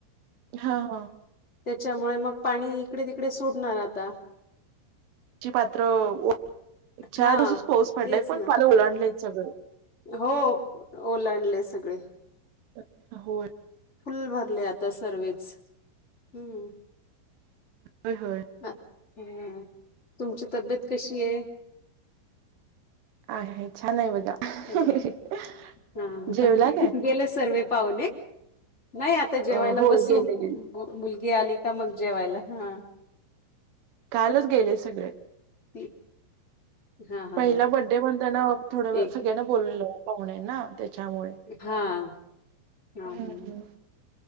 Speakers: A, on the right; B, on the left.
A: हा - हा.
B: त्याच्यामुळे मग पाणी इकडे तिकडे सोडणार आता
A: ची पात्र. <inaudible> चारच
B: हा
A: दिवसच पाऊस पडलाय,
B: तेच
A: पण
B: ना
A: पाणी ओलांडलेय सगळं.
B: हो, ओलांडले सगळे.
A: अच्छा! होय.
B: फुल्ल भरले आता सर्वेच. हम्म
A: होय, होय.
B: अं. हम्म, तुमची तब्येत कशीये?
A: आहे. छान आहे बघा. <unintelligible>
B: हॅलो हा.
A: जेवला
B: <unintelligible>
A: काय?
B: गेले सर्वे पाहूने? नाही आता जेवायला
A: अ होय
B: बसू.
A: गेले गेले
B: मुलगी आली का मग? जेवायला हं.
A: कालच गेले सगळे.
B: <inaudible> हा हा
A: पहिला
B: हा
A: बड्डे म्हणताना, थोडं व
B: एक
A: सगळ्यांनां बोलवलं पाहुणे ना त्याच्यामुळे
B: हां हा
A: हम्म
B: हा.
A: हम्म